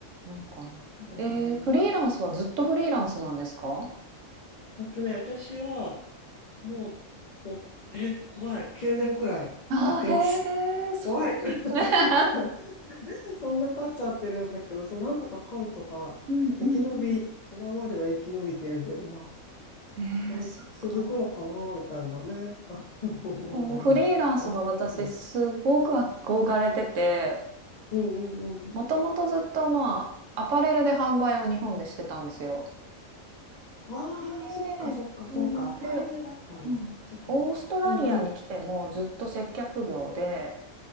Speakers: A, on the right (about 70°); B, on the left (about 55°).
A: なのかな。
B: そうだよね。
A: えーフリーランスはずっとフリーランスなんですか？
B: あとね、私は、もう、お、え、怖い。9年くらいやってます。
A: ああー、へえ、そうなんですね。
B: 怖い。<laughs> そんな経っちゃってるんだけど、そう、なんとかかんとか、
A: うんうんうん。
B: 生き延び、今までは生き延びてるけど、まあ、
A: えーそっか。
B: これ続くのかな、みたいなね。<laughs> あ、まあまあまあ、
A: そう、フリーランスは私すごく憧れてて
B: ありますよ。うんうんうん。
A: もともとずっとまあ、アパレルで販売を日本でしてたんですよ。
B: ああ、
A: ええうん、
B: そっかそっかそっか、アパレルだったんだ。
A: で、うん、
B: そっかそっか。
A: オーストラリアに来てもずっと接客業で
B: うんうん。